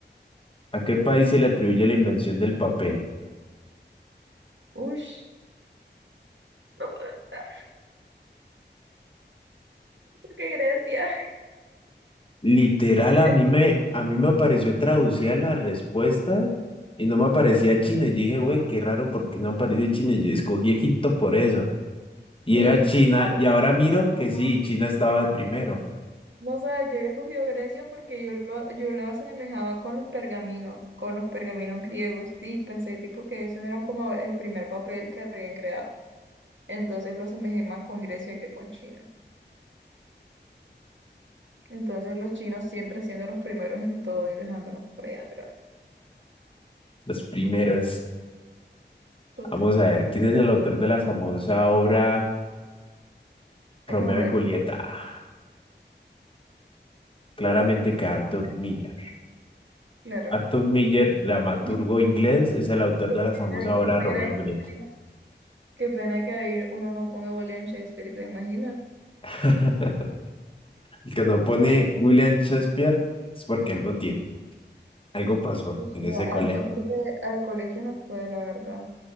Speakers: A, on the left; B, on the right.
A: ¿A qué país se le atribuye la invención del papel?
B: Ush, no puedo estar. ¿Por qué Grecia?
A: Literal, a
B: Eh,
A: mí me, a mí me apareció traducida la respuesta y no me aparecía China. Y yo dije, güey, qué raro, porque no aparece China? Y yo escogí Egipto por eso. Y
B: Sí,
A: era China,
B: claro.
A: y ahora miro
B: No,
A: que sí,
B: no.
A: China estaba de primero.
B: No, sabes, yo había escogido Grecia porque yo lo, yo lo asemejaba con los pergaminos, con los pergaminos griegos. Sí, pensé tipo que esos eran como el primer papel que habían creado. Entonces lo asemejé más con Grecia que con China. Entonces los chinos siempre siendo los primeros en todo y dejándonos por ahí atrás.
A: Los primeros.
B: Total.
A: Vamos a ver, ¿quién es el autor de la famosa obra Romeo
B: Romeo,
A: y Julieta? Claramente que Arthur Miller.
B: claro.
A: Arthur Miller, dramaturgo
B: <laughs>
A: inglés,
B: No,
A: es el autor
B: Qué
A: de la
B: pena,
A: famosa obra
B: qué pena,
A: Romeo y Julieta.
B: qué pena. Qué pena que ahí uno no ponga William Shakespeare, ¿te imaginas?
A: <laughs> El que no pone
B: Oh,
A: William Shakespeare es porque algo tiene, algo pasó
B: pues
A: en
B: no,
A: ese
B: a-
A: colegio.
B: aparte al colegio no fue, la verdad.